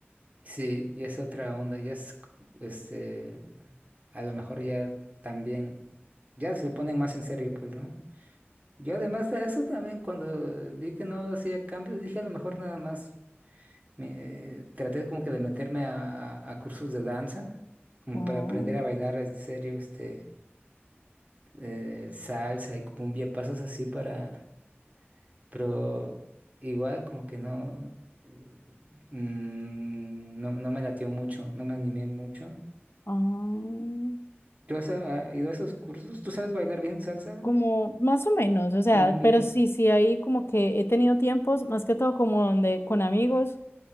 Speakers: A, on the right; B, on the left.
A: sí, y es otra onda, ya es, este, a lo mejor ya también. ya se lo ponen más en serio, pues, ¿no? Yo además de eso también cuando vi que no hacía cambios, dije a lo mejor nada más me, eh, traté como que de meterme a, a- a cursos de danza, como
B: Oh,
A: para aprender a bailar en serio, este, eh, salsa y cumbia, pasos así para, pero igual como que no, eh, mm, no, no me latió mucho, no me animé mucho.
B: ah,
A: ¿Tú has ah, ido a esos cursos? ¿Tú sabes bailar bien salsa?
B: como más o menos, o sea,
A: Cumbia.
B: pero sí, sí, ahí como que he tenido tiempos, más que todo como donde con amigos,